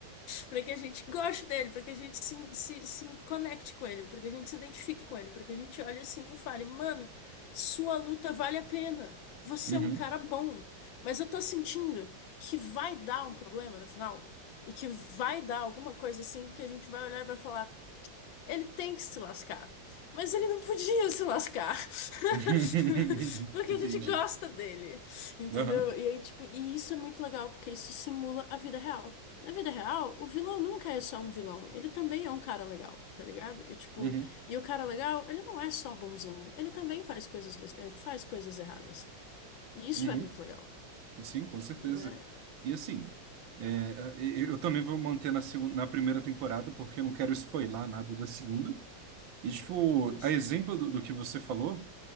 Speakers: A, on the left (about 75°); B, on the right (about 75°).
A: Pra que a gente goste dele, pra que a gente se, se, se conecte com ele, pra que a gente se identifique com ele, pra que a gente olhe assim e fale, mano, sua luta vale a pena. Você
B: Uhum.
A: é um cara bom. Mas eu tô sentindo que vai dar um problema no final. E que vai dar alguma coisa assim que a gente vai olhar e vai falar. Ele tem que se lascar. Mas ele não podia se lascar.
B: <laughs>
A: <laughs> Porque
B: Entendi.
A: a gente gosta dele. Entendeu?
B: Aham.
A: E aí, tipo, e isso é muito legal, porque isso simula a vida real. Na vida real, o vilão nunca é só um vilão. Ele também é um cara legal, tá ligado? E tipo,
B: Uhum.
A: e o cara legal, ele não é só bonzinho. Ele também faz coisas, bes- ele faz coisas erradas. E isso
B: Uhum.
A: é muito legal,
B: Sim, com certeza.
A: né?
B: E assim, é, eu eu também vou manter na, segunda, na primeira temporada, porque eu não quero spoilar nada da segunda. E, tipo,
A: Justo.
B: a exemplo do, do que você falou,